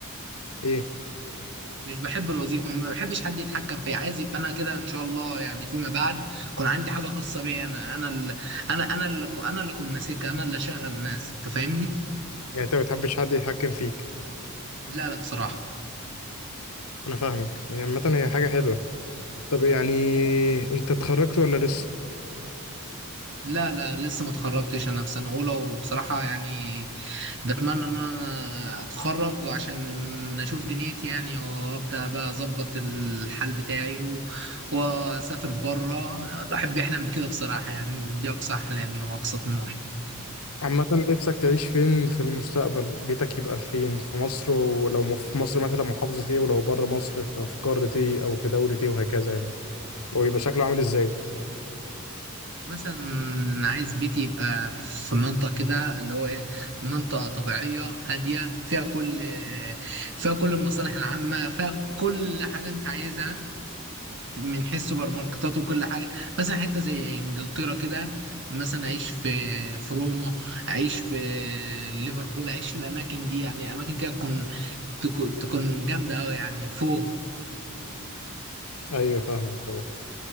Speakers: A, on the left (about 80°); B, on the right (about 55°).
A: ايه؟
B: مش بحب الوظيفه ما بحبش حد يتحكم فيا عايز يبقى انا كده ان شاء الله يعني فيما بعد يكون عندي حاجه خاصه بيا انا انا اللي انا انا اللي أكون- انا اللي اكون ماسكها انا اللي اشغل الناس تفهمني
A: يعني انت ما بتحبش حد يتحكم فيك
B: لا لا بصراحه
A: انا فاهمك هي عامة هي حاجة حلوة طب يعني انت اتخرجت ولا لسه؟
B: لا لا لسه ما اتخرجتش انا في سنه اولى وبصراحه يعني بتمنى ان انا اتخرج وعشان اشوف دنيتي يعني وابدا بقى اظبط الحال بتاعي و... واسافر بره الواحد بيحلم بكده بصراحه يعني دي اقصى احلامي واقصى طموحي
A: عامة نفسك تعيش فين في المستقبل بيتك يبقى فين في مصر ولو م- في مصر مثلا محافظة ايه ولو بره مصر ف- في قارة ايه او في دولة ايه وهكذا يعني ويبقى شكله عامل ازاي
B: مثلا عايز بيتي يبقى في منطقه كده اللي هو ايه منطقه طبيعيه هاديه فيها كل فيها كل المصالح العامه فيها كل حاجه انت عايزها من حيث سوبر ماركتات وكل حاجه مثلا حته زي انجلترا كده مثلا اعيش في في روما اعيش في ليفربول اعيش في الاماكن دي يعني اماكن كده تكون تكون تكون جامده قوي يعني فوق
A: ايوه فاهمك طبعا